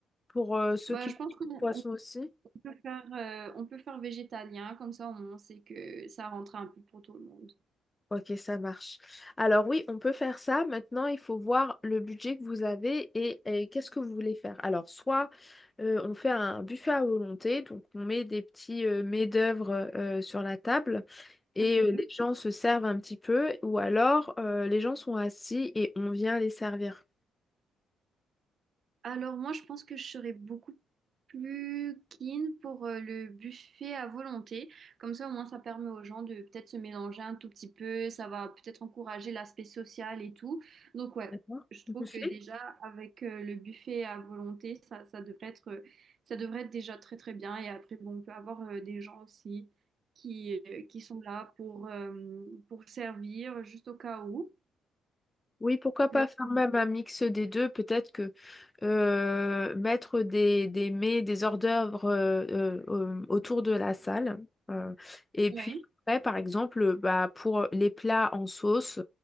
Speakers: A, on the left (about 20°); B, on the right (about 55°).
A: pour euh, ceux
B: Bah,
A: qui
B: je
A: mangent
B: pense qu'on
A: pas de poisson
B: on
A: aussi.
B: peut faire, euh, on peut faire végétalien, comme ça, au moins, c'est que ça rentre un peu pour tout le monde.
A: Ok, ça marche. Alors oui, on peut faire ça. Maintenant, il faut voir le budget que vous avez et, et qu'est-ce que vous voulez faire. Alors, soit euh, on fait un buffet à volonté, donc on met des petits euh, mets-d'œuvre euh, sur la table et
B: Ok.
A: euh, les gens se servent un petit peu, ou alors euh, les gens sont assis et on vient les servir.
B: Alors moi, je pense que je serais beaucoup plus keen pour euh, le buffet à volonté. Comme ça, au moins, ça permet aux gens de peut-être se mélanger un tout petit peu. Ça va peut-être encourager l'aspect social et tout. Donc ouais,
A: D'accord.
B: je trouve
A: Buffet?
B: que déjà avec euh, le buffet à volonté, ça, ça devrait être, euh, ça devrait être déjà très très bien. Et après, bon, on peut avoir euh, des gens aussi qui, euh, qui sont là pour, euh, pour servir juste au cas où.
A: Oui, pourquoi pas
B: Mais autrement,
A: faire même un mix des deux? Peut-être que euh, mettre des, des mets, des hors-d'œuvre euh, euh, euh, autour de la salle. euh, et
B: oui,
A: puis après, par exemple, bah, pour les plats en sauce,